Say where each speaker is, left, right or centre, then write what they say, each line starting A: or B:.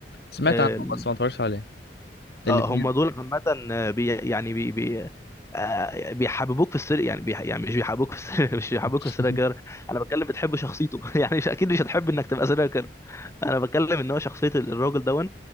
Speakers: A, on the left; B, on the left.
A: سمعت
B: آه،
A: عنه
B: ال-
A: بس ما اتفرجتش عليه الاتنين
B: آه، هم دول عامه آه، بي يعني بي بي آه، بيحببوك في السر يعني بي يعني مش بيحببوك في السر <laughs> مش بيحببوك
A: <laughs>
B: في السيريال كيلر انا بتكلم بتحب شخصيته <laughs> يعني مش اكيد مش هتحب انك تبقى سيريال كيلر انا بتكلم ان هو شخصيه الراجل دون